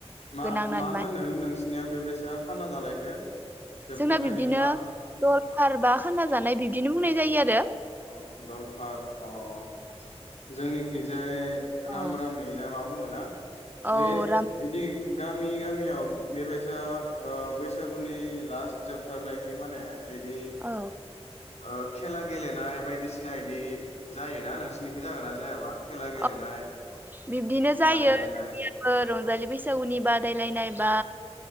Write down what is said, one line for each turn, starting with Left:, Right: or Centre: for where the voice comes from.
Left: मा
Right: गोनां नानमान
Left: मा होनो नोंस सिनिया बेबायसा खाना जानायखौ जोबथारनायनिखौ
Right: जोंना बिब्दिनो
Left: मा होनो
Right: दलफार बा खाना जानाय बिब्दिनो बुंनाय जायो आरो
Left: अ दलफार अ जोंनिखैजाय
Right: आरो
Left: राम रामि ना मा बुंगोन ना बे
Right: औ राम
Left: बिदि गामि गामि गामियाव बेबायसा ओ बैसागुनि लास्ट जोबथारनायखै माने इदि
Right: औ
Left: ओ खेला गेले नाय बायदिसिना बिदि जायोना नोंसिनिखै जागोन ना जायाबा खेला गेलेनाय
Right: अ बिब्दिनो जायो
Left: बादायलायनाय
Right: <unintelligible> रंजालि बैसागुनि बादायलायनाय बा